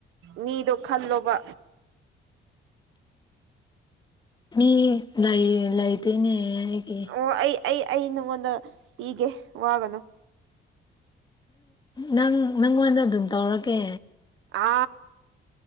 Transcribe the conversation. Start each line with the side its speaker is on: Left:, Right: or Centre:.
Right: ꯃꯤꯗꯣ ꯈꯜꯂꯣꯕ
Left: ꯃꯤ ꯂꯥꯏ ꯂꯥꯏꯇꯅꯦ ꯑꯩꯗꯤ
Right: ꯑꯣ ꯑꯩ ꯑꯩ ꯑꯩ ꯅꯪꯉꯣꯟꯗ ꯄꯤꯒꯦ ꯋꯥꯒꯅꯨ
Left: ꯅꯪ ꯅꯪꯉꯣꯟꯗ ꯑꯗꯨꯝ ꯇꯧꯔꯛꯀꯦ
Right: ꯑ